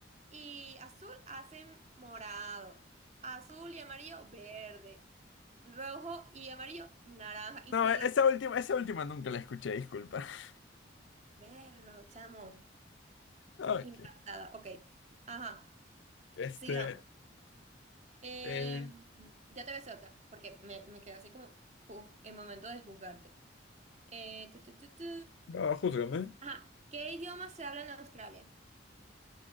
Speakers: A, on the right; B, on the left.
A: y azul hacen morado, azul y amarillo verde, rojo y amarillo naranja y
B: No,
A: claro,
B: e- esa última, esa última nunca la escuché, disculpa. <laughs>
A: verro, chamo,
B: Ok.
A: impactada. Ok, ajá,
B: Este,
A: sigamos. Em,
B: eh,
A: ya te ves otra, porque me, me quedo así como uh, en momento de juzgarte. Eh, tu, tu, tu, tu.
B: no, júzgame.
A: Ajá, ¿qué idioma se habla en Australia?